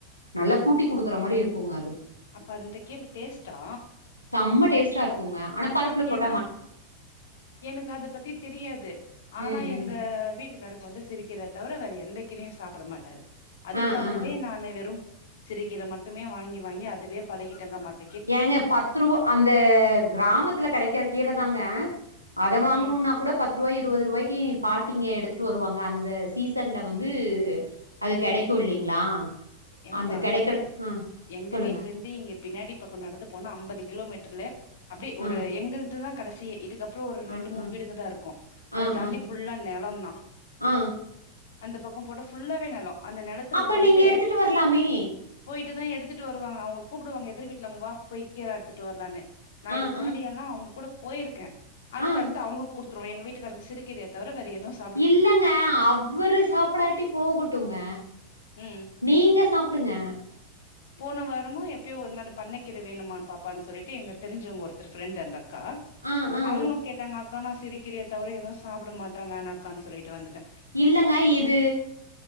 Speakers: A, on the right; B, on the left.
A: நல்லா கூட்டி குடுக்குற மாரி இருக்குங்க அது
B: அப்ப அந்த கீர டேஸ்டா
A: செம்ம டேஸ்டா இருக்குங்க ஆனா பருப்புல போட்
B: ந எனக்கு அத பத்தி தெரியாது ஆனா
A: ம்
B: எங்க
A: ம்
B: வீட் வீட்டுக்காருக்கு வந்து சிரிக்கீரய தவர வேற எந்த கிரயு சாப்பிட மாட்டாரு அதுக்காகவே
A: ஆ ஆ
B: நானு வெறு சிருக்கீர மட்டுமே வாங்கி வாங்கி அதுவே பழகிட்டங்க மட்
A: ஏங்க பத்து ருவா அந் த கிராமத்துல கெடைக்கிற கீர தாங்க அத வாங்கணும்னா
B: ம்
A: கூட பத் த்ராய் இருவது ரூவாய்க்கி பாட்டிங்க எடுத்துட்டு வருவாங்க அந்த சீசன்ல வந்து அது கெடைக்கு இல்லைங்களா
B: ஏம்பா
A: அந்த கெடைக்கிற ஆ
B: எங்க
A: சொல்லுங்க
B: வீட்ல இந்து இங்க பின்னாடி பக்கோ நடந்து போனா அம்பது கிலோமீட்டர்ல அப்டே ஒரு
A: ஆ
B: எங்கள்துதா கடைசிய இது அப்புறோ ஒரு
A: ஆ
B: ரெண்டு மூணு
A: ஆ
B: வீடுங்க தா இருக்கு அது
A: ஆ
B: தாண்டி
A: ஆ
B: ஃபுல்லா நெலந்தா
A: ஆ
B: அந்த பக்கோ போட்டா ஃபுல்லாவே நெலோ அந்த நெலத்துல
A: அப்ப
B: போயிட்டு
A: நீங்க எடுத்துட்டு வரலாமே
B: போயிட்டு தா எடுத்துட்டு வருவாங்க அவங்க கூப்பிடுவாங்க எதிர் வீட்டுல அவங்க வா போய் கேற எடுத்துட்டு வரலான்னு நா
A: ஆ
B: இதுக்கு முன்னாடியெல்லா
A: ஆ
B: அவங்க கூட போயிருக்கே அடுத்து
A: ஆ
B: அடுத்து அவங்களுக்கு குடுத் த்ரோ எங்க வீட்டுகாருக்கு சிறுகீரய தவற வேற எதுஸ்
A: இல்லங்க அவரு சாப்பிடாட்டி போகட்டுங்க
B: ம்
A: நீங்க சாப்டுங்க
B: போன வாரமா எப்பயோ ஒரு நாள் பண்ணக்கிற வேணுமா பாப்பான்னு சொல்லிட்டு எங்க தெரிஞ்சவங்க ஒருத்தர் ஃப்ரெண்டு் அந்த அக்கா
A: ஆ ஆ
B: அவங்களு கேட்டாங்க அக்கா நா சிரு கீரய தவர எது சாப்பிட மாட்டே வேணாக்கானு சொல்லிட்டு வந்துட்டே
A: இல்லங்க இது